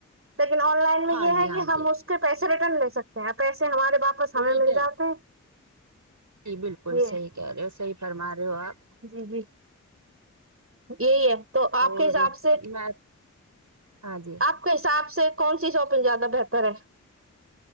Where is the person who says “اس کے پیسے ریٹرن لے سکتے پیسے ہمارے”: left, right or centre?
Right